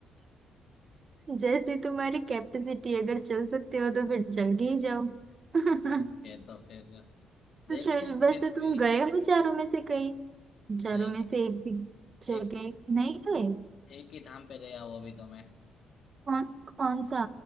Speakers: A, on the right; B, on the left.
A: जैसी तुम्हारी कैपेसिटी अगर चल सकते हो तो फिर चल के ही जाओ <laughs> तो
B: ओके तो फिर देखते
A: चल-
B: हैं
A: वैसे
B: फिर भी
A: तुम गए हो चारों में से कहीं
B: नहीं
A: चारों में से एक भी जगह
B: एक
A: नहीं गए
B: एक ही धाम पे गया हूँ अभी तो मैं
A: कौन कौन सा